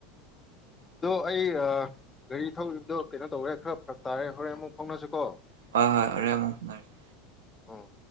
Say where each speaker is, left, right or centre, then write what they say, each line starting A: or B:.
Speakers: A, on the left (about 20°); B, on the right (about 90°).
A: ꯑꯗꯣ ꯑꯩ ꯒꯥꯔꯤ ꯊꯧꯔꯤꯕꯗꯣ ꯀꯩꯅꯣ ꯇꯧꯔꯦ ꯈꯔ ꯐꯔꯛ ꯇꯥꯔꯦ ꯍꯣꯔꯦꯟ ꯑꯃꯨꯛ ꯐꯥꯎꯅꯁꯤꯀꯣ
B: ꯍꯣꯏ ꯍꯣꯏ ꯍꯔꯣꯏ ꯑꯃꯨꯛ ꯍꯟꯅꯔꯒꯦ
A: ꯑ